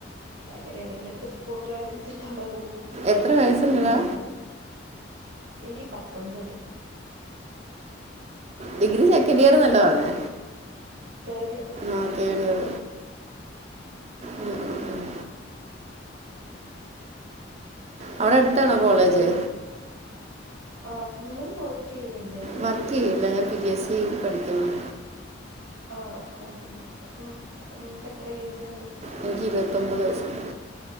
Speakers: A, on the right; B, on the right.
A: അങ്ങനെ ഏതെങ്കിലുമൊക്കെ സ്പോട്ട് കണ്ട് പിടിച്ചിട്ട് അവിടെ പോകും
B: എത്ര വയസ്സുണ്ടടാ
A: പിന്നെ ഫുഡ് കഴിക്കും എനിക്ക് പത്തൊമ്പത്
B: ഡിഗ്രി സെക്കൻഡ് ഇയർന്നല്ലെ പറഞ്ഞെ
A: തേർഡ് ഇയർ
B: അ തെഡ് ഇയർ ഉം ഉം ഉം അവിടെ അടുത്താണോ കോളേജ്
A: നിങ്ങൾ ആ നിങ്ങൾ വർക്ക് ചെയ്യല്ലേ
B: വർക്ക് ചെയ്യല്ല
A: ഐ മീൻ
B: ഞാൻ പി എസ് സി പഠിക്കാണ്
A: ആ അതന്നെ അപ്പം നിങ്ങക്ക് എത്ര ഏയ്ജ് ഉണ്ട്
B: എനിക്ക് ഇരുപത്തൊമ്പത് വയസ്സുണ്ട്